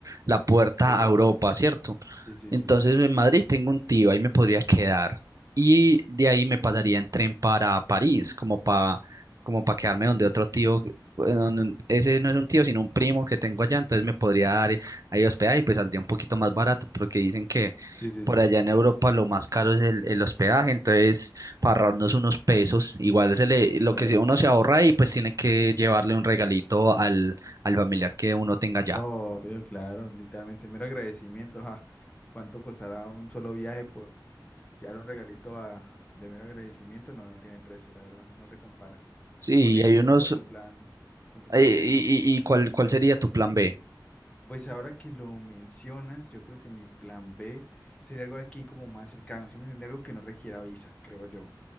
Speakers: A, on the right; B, on the left.
A: la puerta
B: Europa.
A: a Europa, ¿cierto?
B: Sí, sí,
A: Entonces
B: sí, sí.
A: en Madrid tengo un tío, ahí me podría quedar. Y de ahí me pasaría en tren para París, como para como para quedarme donde otro tío, bueno, no- ese no es un tío, sino un primo que tengo allá, entonces me podría dar eh, ahí hospedaje y pues saldría un poquito más barato, porque dicen que
B: Sí, sí,
A: por
B: sí.
A: allá en Europa lo más caro es el, el hospedaje, entonces para ahorrarnos unos pesos. Igual se le-
B: Sí,
A: lo
B: claro.
A: que se- uno se ahorra y pues tiene que llevarle un regalito al, al familiar que uno tenga ya.
B: Obvio, claro, literalmente, mero agradecimiento. ah, ¿Cuánto costará un solo viaje por, Ya un regalito a, de mero agradecimiento, no, no tiene precio, la verdad, no se compara.
A: Sí,
B: Ok, ese
A: y hay unos...
B: es como tu plan, como tu
A: eh,
B: plan B,
A: ¿Y,
B: ¿no?
A: y, y cuál, cuál sería tu plan B?
B: Pues ahora que lo mencionas, yo creo que mi plan B sería algo aquí como más cercano, ¿sí me entiendes? Algo que no requiera visa, creo yo.